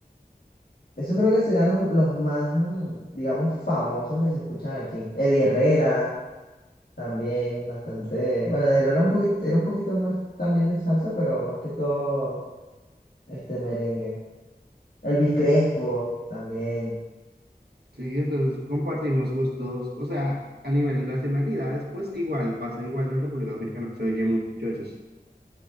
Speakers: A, on the left; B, on the right.
A: eso creo que serán los, los más, mm, digamos, famosos que se escuchan aquí. Eddie Herrera también, bastante, bueno, Eddie Herrera un poquito, era un poquito más también de salsa, pero más que todo, este, merengue. Elvis Crespo
B: Sí,
A: también,
B: sí, entonces compartimos gustos, o sea, a nivel de nacionalidades, pues igual, pasa igual en República Dominicana, se oye mucho eso.